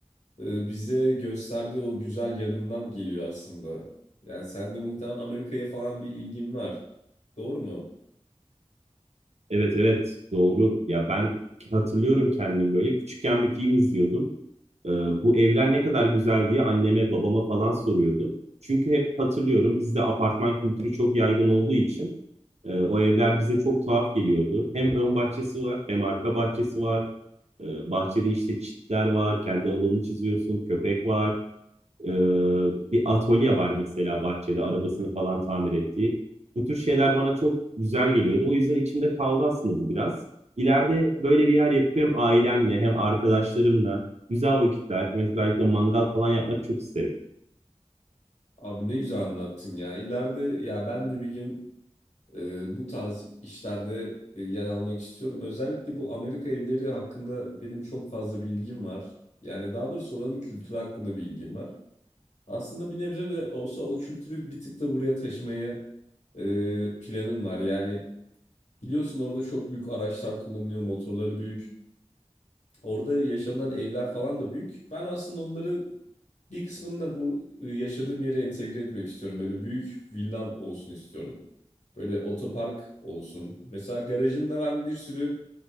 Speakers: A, on the left (about 80°); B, on the right (about 65°).
A: e, bize gösterdiği o güzel yanından geliyor aslında. Yani sen de muhtemelen Amerika'ya falan bir ilgin var. Doğru mu?
B: Evet evet doğru. Ya ben hatırlıyorum kendimi böyle küçükken bir film izliyordum. Ee, bu evler ne kadar güzel diye anneme babama falan soruyordum. Çünkü hep hatırlıyorum bizde apartman kültürü çok yaygın olduğu için E, o evler bize çok tuhaf geliyordu. Hem ön bahçesi var, hem arka bahçesi var. E, bahçede işte çitler var, kendi alanını çiziyorsun, köpek var. E, bir atölye var mesela bahçede, arabasını falan tamir ettiği. Bu tür şeyler bana çok güzel geliyordu. O yüzden içimde kaldı aslında bu biraz. İleride böyle bir yer yapıp hem ailemle hem arkadaşlarımla güzel vakitler, mesela mangal falan yapmak çok isterim.
A: Abi ne güzel anlattın ya. İleride ya ben de bir gün e, bu tarz işlerde e, yer almak istiyorum. Özellikle bu Amerika evleri hakkında benim çok fazla bilgim var. Yani daha doğrusu oranın kültürü hakkında bilgim var. Aslında bir nebze de olsa o kültürü bir tık da buraya taşımaya e, planım var. Yani biliyorsun orada çok büyük araçlar kullanılıyor, motorları büyük. Orada yaşanan evler falan da büyük. Ben aslında onları bir kısmını da bu e, yaşadığım yere entegre etmek istiyorum. Böyle büyük villam olsun istiyorum. Böyle otopark olsun. Mesela garajımda ben bir sürü